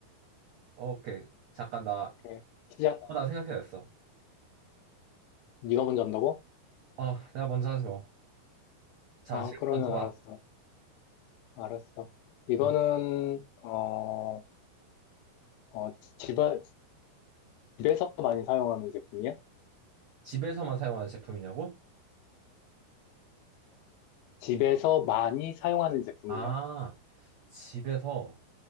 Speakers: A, on the right; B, on the left.
A: 오케이. 잠깐, 나,
B: 오케이. 시작.
A: 어, 나 생각해냈어.
B: 네가 먼저 한다고?
A: 어, 내가 먼저 하지 뭐. 자,
B: 아,
A: 질문
B: 그러면
A: 먼저 봐.
B: 알았어. 알았어. 이거는
A: 음,
B: 어, 어, 집안 집에서 많이 사용하는 제품이야?
A: 집에서만 사용하는 제품이냐고?
B: 집에서 많이 사용하는 제품이냐고.
A: 아, 집에서.